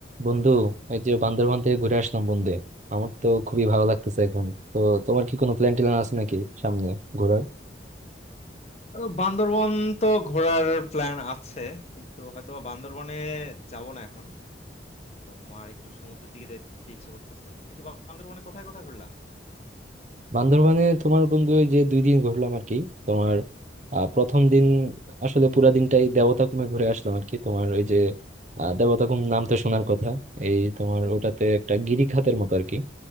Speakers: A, on the right (about 40°); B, on the left (about 35°).
A: বন্ধু এই যে বান্দরবান থেকে ঘুরে আসলাম বন্ধু আমার তো খুবই ভালো লাগতেছে এখন তো তোমার কি কোনো প্ল্যান ট্যান আছে নাকি সামনে ঘোরার
B: আহ, বান্দরবন তো ঘোরার প্ল্যান আছে কিন্তু হয়তো বা বান্দরবনে যাব না এখন তোমার একটু সমুদ্রের দিকে যেতে ইচ্ছা করতেছে কিন্তু বা- বান্দরবনে কোথায় কোথায় ঘুরলা
A: বান্দরবানে তোমার বন্ধু এই যে দুই দিন ঘুরলাম আর কি তোমার আহ, প্রথম দিন আসলে পুরা দিনটাই দেবতাখুমে ঘুরে আসলাম আর কি তোমার ওই যে আহ, দেবতাখুম নাম তো শোনার কথা এই তোমার ওটাতে একটা গিরিখাতের মতো আর কি